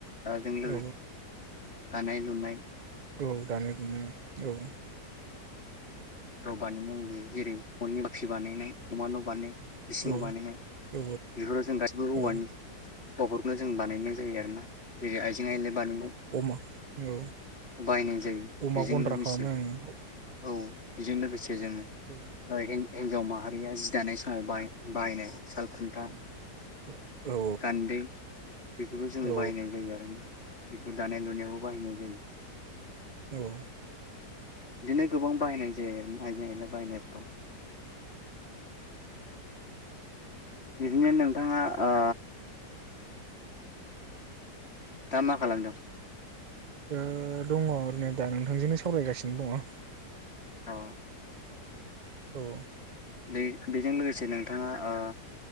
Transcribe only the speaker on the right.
औ
औ दानाय लुनाय औ।
औ
औ
औ
अमा औ
अमा
गन्द्रा
खालामनो
ओं
औ औ। औ
औ
औ।
ओ दङ ओरैनो दा नोंथांजोंनो सावरायगासिनो दङ।
औ